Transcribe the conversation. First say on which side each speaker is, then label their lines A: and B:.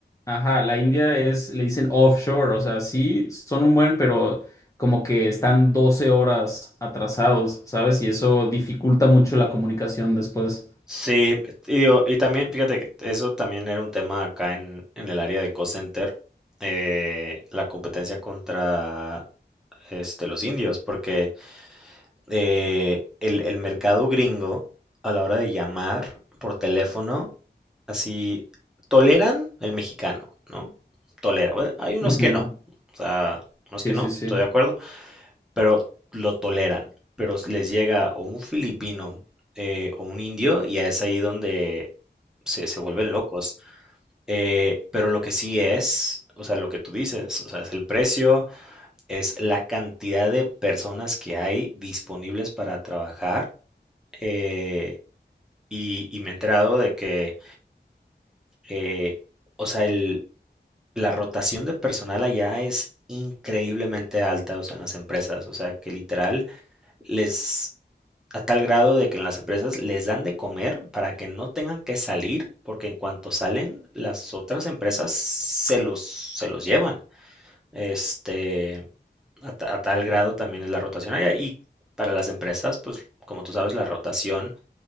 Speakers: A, on the left; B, in the centre.
A: ajá, la India es, le dicen offshore, o sea, sí, son un buen, pero como que están 12 horas atrasados, ¿sabes? Y eso dificulta mucho la comunicación después.
B: Sí, y digo, y también, fíjate que eso también era un tema acá en, en el área de call center, eh, la competencia contra este, los indios, porque eh, el, el mercado gringo, a la hora de llamar por teléfono, así toleran el mexicano, ¿no? Tolera. Bueno, hay unos
A: Ujú.
B: que no, o sea, unos
A: Sí,
B: que no,
A: sí, sí.
B: estoy de acuerdo. pero lo toleran. Pero les llega o un filipino eh, o un indio y es ahí donde se, se vuelven locos. Eh, pero lo que sí es, o sea, lo que tú dices, o sea, es el precio, es la cantidad de personas que hay disponibles para trabajar. eh, y, y me he enterado de que, eh, o sea, el, la rotación de personal allá es increíblemente alta, o sea, en las empresas, o sea, que literal Les a tal grado de que en las empresas les dan de comer para que no tengan que salir, porque en cuanto salen, las otras empresas se los, se los llevan. Este, a, ta- a tal grado también es la rotación allá. Y para las empresas, pues como tú sabes, la rotación